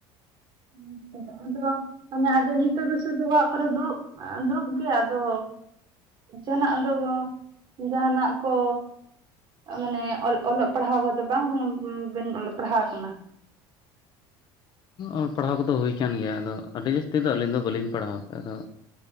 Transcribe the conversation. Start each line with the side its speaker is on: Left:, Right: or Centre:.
Right: <unintelligible> ᱫᱚ ᱵᱟᱝ᱾ ᱢᱟᱱᱮ ᱟᱫᱚ ᱱᱤᱛᱚᱜ ᱫᱚ ᱥᱩᱫᱩ ᱚᱲᱟᱜ ᱠᱚᱨᱮ ᱫᱩᱲᱩᱵ ᱫᱩᱲᱩᱵ ᱜᱮ ᱟᱫᱚ ᱡᱟᱦᱟᱱᱟᱜ ᱟᱫᱚ ᱡᱟᱦᱟᱱᱟᱜ ᱠᱚ ᱢᱟᱱᱮ ᱚᱞᱚᱜ ᱯᱟᱲᱦᱟᱣ ᱠᱚᱫᱚ ᱵᱟᱝᱵᱮᱱ ᱚᱞᱚᱜ ᱯᱟᱲᱦᱟᱣ ᱠᱟᱱᱟ?
Left: ᱚᱞ ᱯᱟᱲᱦᱟᱣ ᱠᱚᱫᱚ ᱦᱩᱭ ᱟᱠᱟᱱ ᱜᱮᱭᱟ, ᱟᱰᱤ ᱡᱟᱹᱥᱛᱤ ᱫᱚ ᱟᱹᱞᱤᱧ ᱫᱚ ᱵᱟᱹᱞᱤᱧ ᱯᱟᱲᱦᱟᱣ ᱠᱟᱜᱼᱟ ᱟᱫᱚ